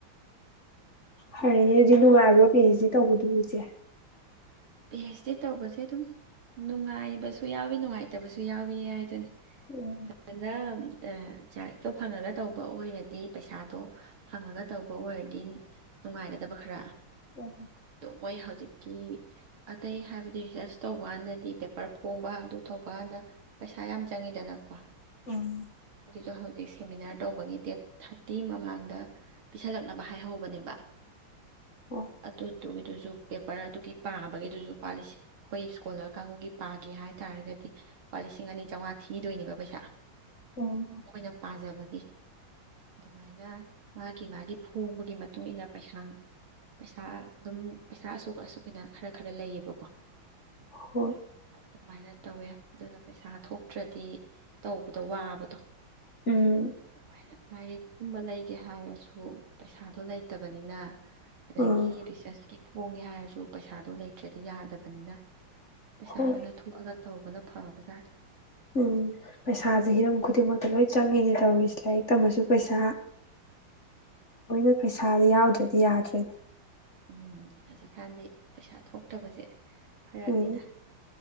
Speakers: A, on the left; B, on the right.
A: ꯐꯔꯦꯅꯦ ꯑꯗꯨꯗꯤ ꯅꯨꯡꯉꯥꯏꯕ꯭ꯔꯣ ꯄꯤꯑꯥꯏꯁꯗꯤ ꯇꯧꯕꯗꯣ ꯏꯆꯦ꯫
B: ꯄꯤ ꯑꯦꯆ ꯗꯤ ꯇꯧꯕꯁꯦ ꯑꯗꯨꯝ ꯅꯨꯡꯉꯥꯏꯕꯁꯨ ꯌꯥꯎꯋꯤ ꯅꯨꯡꯉꯥꯏꯇꯕꯁꯨ ꯌꯥꯎꯏꯌꯦ ꯍꯥꯏꯗꯨꯅꯤ꯫
A: ꯎꯝ
B: ꯐꯅ꯫ ꯖꯤꯑꯥꫪꯑꯦꯐꯇꯣ ꯐꯪꯉꯒ ꯇꯧꯕ ꯑꯣꯏꯔꯗꯤ ꯄꯩꯁꯥꯗꯣ ꯐꯪꯉꯒ ꯇꯧꯕ ꯑꯣꯏꯔꯗꯤ ꯅꯨꯡꯉꯥꯏꯒꯗꯕ ꯈꯔ꯫
A: ꯑ꯫
B: ꯃꫭꯏ ꯍꯧꯖꯤꯛꯀꯤ꯫ ꯑꯇꯩ ꯍꯥꯏꯕꯗꯤ ꯔꯤꯁꫪꯁ ꯇꯧꯕ ꯀꯥꯟꯗꯗꯤ ꯄꯦꯄꫪ ꯐꯣꯡꯕ ꯑꯗꯨ ꯇꯧꯕ ꯀꯥꯟꯗ ꯄꯩꯁꯥ ꯌꯥꯝ ꯆꯪꯉꯤꯗꯅꯀꯣ꯫
A: ꯎꯝ꯫
B: ꯒꯤꯁꯨ ꯍꯧꯖꯤꯛ ꯁꯦꯃꯤꯅꯥꫪ ꯇꯧꯕꯒꯤ ꯗꯦꯠ ꯊꯥꯔꯇꯤ ꯃꯃꯥꯡꯗ ꯄꯤꯁꯜꯂꯛꯅꯕ ꯍꯥꯏꯍꯧꯕꯅꯦꯕ꯫
A: ꯑꯣ
B: ꯑꯗꯨ꯫ ꯑꯗꯨꯒꯤꯗꯨꯁꯨ ꯄꯦꯄꫪ ꯑꯗꯨꯒꯤ ꯄꯥꯕ꯫ ꯒꯤꯗꯨꯁꯨ ꯄꯥ ꯂꯤ ꯑꯩꯈꯣꯏ ꯏꯁꯀꯣꯂꫪ ꯀꯥꯡꯕꯨꯒꯤ ꯄꯥꯒꯦ ꯍꯥꯏꯇꯥꯥꯔꯒꯗꯤ ꯂꯨꯄꯥ ꯂꯤꯁꯤꯡ ꯑꯅꯤ ꯆꯥꯝꯃꯉꯥ ꯊꯤꯗꯣꯏꯅꯦꯕ ꯄꯩꯁꯥ꯫
A: ꯎꯝ
B: ꯑꯩꯈꯣꯏꯅ ꯄꯥꯖꯕ꯫ ꯑꯗꯨꯃꯥꯏꯅ ꯃꯥꯒꯤ ꯃꯥꯒꯤ ꯐꯣꯡꯕꯒꯤ ꯃꯇꯨꯡꯏꯟꯅ ꯄꯩꯁꯥ ꯄꯩꯁꯥ ꯑꯗꯨꯝ ꯄꯩꯁꯥ ꯑꯁꯨꯛ ꯑꯁꯨꯛ ꯑꯅ꯫ ꯈꯔ ꯈꯔ ꯂꯩꯌꯦꯕꯀꯣ꯫
A: ꯍꯣꯏ꯫
B: ꯑꯗꯨꯃꯥꯏꯅ ꯇꯧꯋꯦ ꯑꯗꯨꯅ ꯄꯩꯁꯥ ꯊꯣꯛꯇ꯭ꯔꯗꯤ ꯇꯧꯕꯗꯣ ꯋꯥꯕꯗꯣ꯫
A: ꯎꯝ
B: ꯑꯗꯨꯃꯥꯏꯅ ꯂꯥꯏꯔꯤꯛꯀꯨꯝꯕ ꯂꯩ꯫ ꯒꯦ ꯍꯥꯏꯔꯁꯨ ꯄꯩꯁꯥꯗꯣ ꯂꯩꯇꯕꯅꯤꯅ꯫ ꯑꯗꯒꯤ
A: ꯑꯥ
B: ꯔꯤꯁꯥꯁꯀꯤ ꯫ ꯐꫭꯡꯒꯦ ꯍꯥꯏꯔꯁꯨ꯫ ꯄꯩꯁꯥꯗꯨꯣ ꯂꯩꯇ꯭ꯔꯗꯤ ꯌꯥꯗꯕꯅꯤꯅ ꯄꯩꯁꯥ
A: ꯍꯣꯏ
B: ꯍꯥꯟꯅ ꯊꯣꯛꯑꯒ ꯇꯧꯕꯅ ꯐꯕꯖꯥꯠꯅꯤ
A: ꯎꯝ ꯄꯩꯁꯥꯁꯦ ꯍꯤꯔꯝ ꯈꯨꯗꯤꯡꯃꯛꯇ ꯂꯣꯏ ꯆꯪꯉꯤꯅꯦ ꯇꯧꯔꯤꯁꯦ ꯂꯥꯏꯔꯤꯛ ꯇꯝꯃꯁꯨ ꯄꯩꯁꯥ ꯂꯣꯏꯅ ꯄꯩꯁꯥꯗꯤ ꯌꯥꯎꯗ꯭ꯔꯗꯤ ꯌꯥꯗ꯭ꯔꯦꯅꯦ
B: ꯎꯝ ꯍꯧꯖꯤꯛꯀꯥꯟꯗꯤ ꯄꯩꯁꯥ ꯊꯣꯛꯇꯕꯁꯦ ꯐꯔꯛꯅꯤꯗ
A: ꯎꯝ